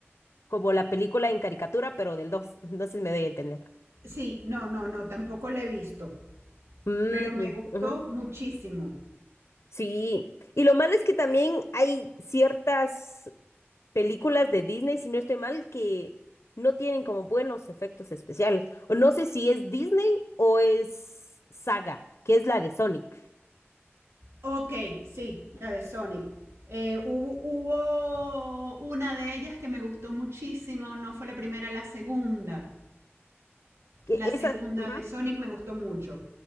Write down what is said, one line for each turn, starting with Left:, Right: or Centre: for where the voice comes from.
Left: como la película en caricatura, pero del <laughs> 2, entonces me doy a entender.
Right: Sí, no, no, no, tampoco la he visto,
Left: Mm,
Right: pero me gustó
Left: ujú.
Right: muchísimo.
Left: Sí, y lo malo es que también hay ciertas películas de Disney, si no estoy mal, que no tienen como buenos efectos especiales. O no sé si es Disney o es Saga, que es la de Sonic.
Right: Ok, sí, la de Sonic. Eh, hubo, hubo una de ellas que me gustó muchísimo, no fue la primera, la segunda.
Left: Que
Right: La
Left: esa,
Right: segunda
Left: ujú.
Right: de Sonic me gustó mucho.